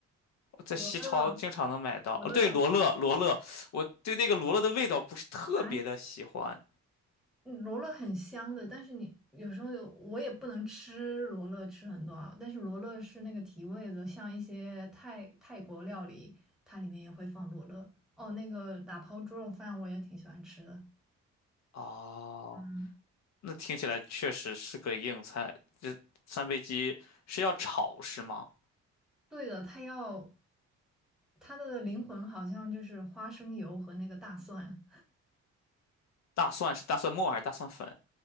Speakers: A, on the left; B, in the centre.
A: 在西超经常能买到。
B: 罗乐罗乐
A: 哦，对，罗勒，罗勒，我对那个罗勒的味道不是特别的喜欢。
B: 啊，<laughs> 嗯罗勒很香的，但是你有时候有我也不能吃罗勒吃很多啊，但是罗勒是那个提味的，像一些泰泰国料理，它里面也会放罗勒。哦，那个打抛猪肉饭我也挺喜欢吃的。
A: 哦，
B: 嗯，
A: 那听起来确实是个硬菜。这三杯鸡是要炒是吗？
B: 对的，它要它的灵魂好像就是花生油和那个大蒜，
A: 大蒜是大蒜末还是大蒜粉？